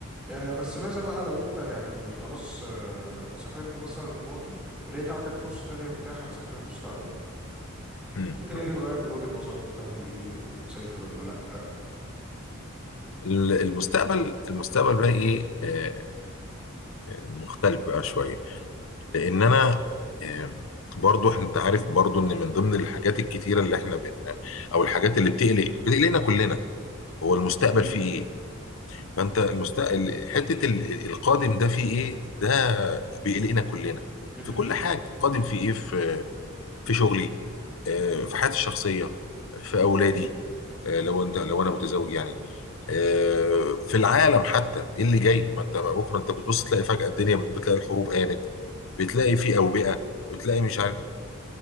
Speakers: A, in the centre; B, on the left (about 65°).
A: آه، بس ماذا بقى لو انت يعني خلاص آه، سافرت مثلا الماضي ولقيت عندك فرصة تانية متاحة تسافر المستقبل
B: مم.
A: ممكن ايه اللي يتغير من وجهة نظرك وتعمل ايه وتسافر ولا لأ
B: ال- المستقبل المستقبل بقى ايه آه، مختلف بقى شويه لان انا آه، برضو إحنا- انت عارف برضو ان من ضمن الحاجات الكتيره اللي احنا بن او الحاجات اللي بتقلق بتقلقنا كلنا هو المستقبل
A: <laughs> مهم.
B: فيه ايه فانت المستقبل حته ال- القادم ده فيه ايه ده بيقلقنا كلنا
A: مهم.
B: في كل حاجه القادم فيه ايه في في شغلي آه، في حياتي الشخصيه في اولادي آه، لو انت لو انا متزوج يعني آه، في العالم حتى ايه اللي جاي ما انت بكره انت بتبص تلاقي فجأة الدنيا بت- بتلاقي الحروب قامت بتلاقي في أوبئة بتلاقي مش عارف